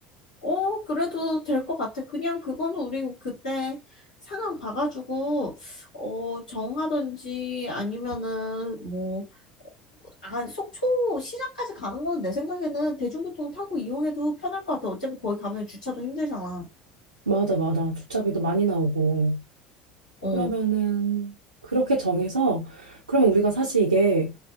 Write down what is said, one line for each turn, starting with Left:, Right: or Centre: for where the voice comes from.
Left: 어, 그래도 될 것 같아. 그냥 그거는 우리 그때 상황 봐가지고, 어, 정하든지 아니면은 뭐, 아, 속초 시장까지 가는 건 내 생각에는 대중교통 타고 이용해도 편할 것 같아. 어차피 거기 가면 주차도 힘들잖아.
Right: 맞아, 맞아. 주차비도 많이 나오고.
Left: 어,
Right: 그러면은, 그렇게 정해서, 그러면 우리가 사실 이게